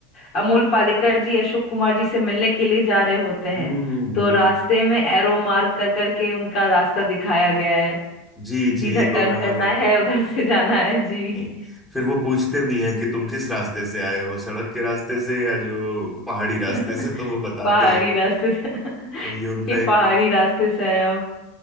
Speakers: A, on the left; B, in the centre.
A: अमोल पालेकर जी अशोक कुमार जी से मिलने के लिए जा रहे होते हैं
B: हम्म
A: तो
B: हम्म।
A: रास्ते में एरो मार्क कर करके उनका रास्ता दिखाया गया है
B: जी जी
A: कि इधर टर्न
B: लोनावाला
A: करना है उधर से जाना है जी
B: नहीं फिर वो पूछते भी हैं कि तुम किस रास्ते से आए हो सड़क के रास्ते से या जो पहाड़ी रास्ते
A: <laughs>
B: से तो वो बताते
A: पहाड़ी
B: हैं
A: रास्ते से <laughs>
B: तो ये उनका
A: कि
B: एक
A: पहाड़ी रास्ते से आया हूँ